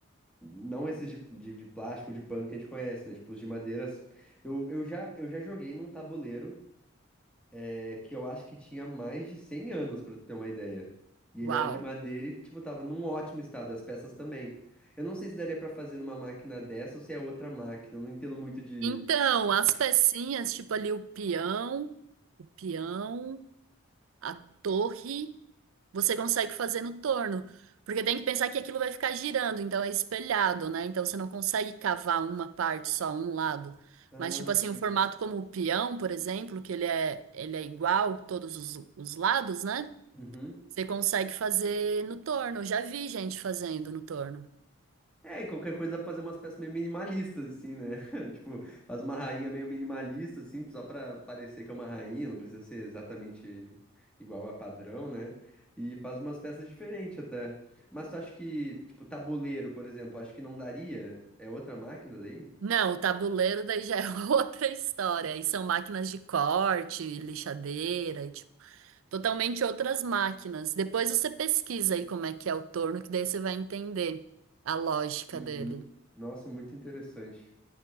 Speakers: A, in the centre; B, on the right.
A: não esses de, de, de plástico, de pano que a gente conhece, né? Tipo, os de madeiras. Eu, eu já, eu já joguei num tabuleiro é que eu acho que tinha mais de 100 anos, pra tu ter uma ideia. E ele
B: Uau.
A: era de madeira e, tipo, tava num ótimo estado, as peças também. Eu não sei se daria pra fazer numa máquina dessa ou se é outra máquina, eu não entendo muito de...
B: Então, as pecinhas, tipo ali o peão, o peão, a torre, você consegue fazer no torno. Porque tem que pensar que aquilo vai ficar girando, então é espelhado, né? Então você não consegue cavar uma parte só, um lado.
A: Ah,
B: Mas, tipo assim,
A: sim.
B: um formato como o peão, por exemplo, que ele é, ele é igual todos os, os lados, né?
A: Uhum.
B: Você consegue fazer no torno. Eu Já vi gente fazendo no torno.
A: É, e qualquer coisa dá pra fazer umas peças meio minimalistas, assim, né? <laughs> Tipo, faz uma rainha meio minimalista, assim, só pra parecer que é uma rainha, não precisa ser exatamente igual a padrão, né? E faz umas peças diferentes até. Mas tu acha que, tipo, tabuleiro, por exemplo, acho que não daria? É outra máquina daí?
B: Não, o tabuleiro daí já é <laughs> outra história. E são máquinas de corte, lixadeira, e, tipo, totalmente outras máquinas. Depois você pesquisa aí como é que é o torno, que daí você vai entender a lógica
A: Uhum.
B: dele.
A: Nossa, muito interessante.